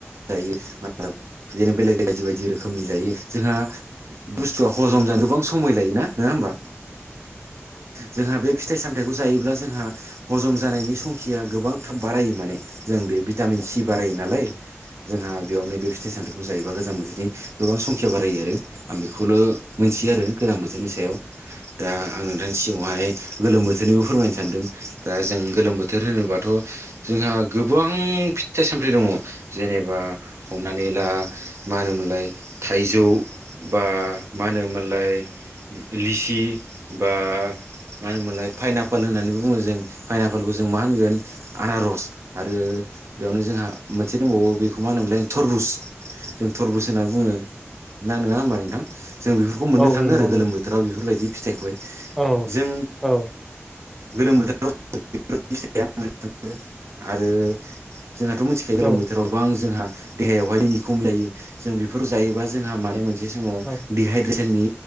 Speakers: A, on the right (about 70°); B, in the centre.
A: जायोनो बेलेग बायदि बायदि रोखोमनि जायो जोंहा बुस्थुआ हजम जानो गोबां समाय लायोना नङा होमबा? जोंहा बे फिथाइ सामथायाइखौ जायोब्ला जों हा हजम जानायनि संखिया गोबां थाब बारायो माने जों बे भिटामिन सि बारायो नालाय जोंहा बेयावनो बे फिथाइ सामथाइखौ जायोबा गोजां बोथोरनि गोबां संखिया बारायो आरो आं बेखौल' मोनथियो आरो गोजां बोथोरनि सायाव दा आं नोंथांनि सिगावहाय गोलोम बोथोरनिबो फोरमायनो सानदों दा जों गोलोम बो थोर होनोबाथ' जोंहा गोबां फिथाइ सामथाइ दङ जेनेबा हमनानै ला मा होनोमोनलाय थाइजौ बा मा होनोमोनलाय लिसि बा मा होनोमोनलाय फाइनाप पल होननानै बुङो जों फाइनापालखौ जों मा होनगोन आनारस आरो बेयावनो जोंहा मोनसे दंबावो बेखौ मा होनोमोनलाय थरबुस जों थरबुस होनना बुङो ना नङा होमबा नोंथां जों बेफोरखौ मोननो थाङो
B: नंगौ
A: आरो
B: नंगौ
A: गोलोम बोथोराव बेफोरबायदि फिथाइखौहाय
B: औ
A: जों
B: औ‌
A: <unintelligible> आरो जोंहाथ' मिथिखायो गोलोम
B: औ
A: बोथोराव गोबां जोंहा देहायावहाय दिन नि खमलायो जों बेफोर जायोबा जोंहा माने मोनसे समाव
B: औ
A: दिहाइद्रेसन सेननि